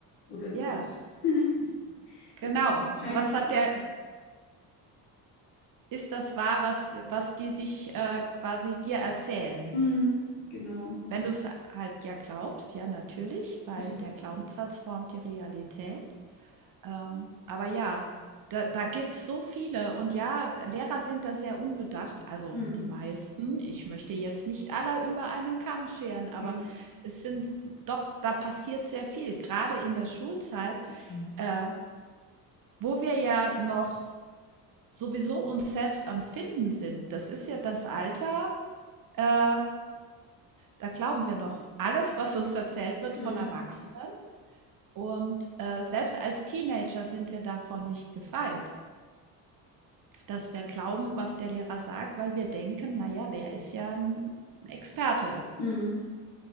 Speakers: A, on the left; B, on the right.
A: oder so.
B: Ja,
A: <laughs>
B: genau.
A: Ganz einfach kleine
B: Was
A: Sachen.
B: hat der, ist das wahr, was, was die dich äh, quasi dir erzählen?
A: Hm, genau.
B: Wenn du es halt ja glaubst, ja, natürlich, weil
A: Ja.
B: der Glaubenssatz formt die Realität. Ähm, aber ja, da, da gibt es so viele. Und ja, Lehrer sind da sehr unbedacht, also
A: Hm,
B: die meisten. Ich möchte jetzt nicht aller über einen Kamm scheren, aber
A: Ja,
B: es sind doch, da passiert sehr viel, gerade in der Schulzeit,
A: total.
B: äh, wo wir ja noch sowieso uns selbst am Finden sind. Das ist ja das Alter, äh, da glauben wir noch alles, was uns erzählt wird
A: hm,
B: von Erwachsenen. Und äh, selbst als Teenager sind wir davor nicht gefeit, dass wir glauben, was der Lehrer sagt, weil wir denken, naja, der ist ja ein Experte
A: hm.